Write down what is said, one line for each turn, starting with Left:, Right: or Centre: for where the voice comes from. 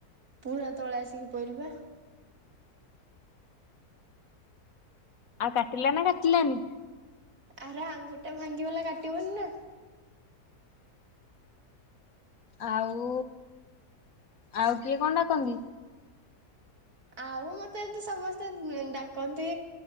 Right: ପୁରା ତଳେ ଆସିକି ପହିଲି ବା
Left: ଆଉ କାଟିଲା ନା କାଟିଲାନି?
Right: ଆରେ ଆଙ୍ଗୁଟା ଭାଙ୍ଗି ବଲା କାଟିବନି ନା।
Left: ଆଉ ଆଉ କିଏ କଣ ଡାକନ୍ତି?
Right: ଆଉ ମତେ ଏତି ସମସ୍ତେ ଡାକନ୍ତି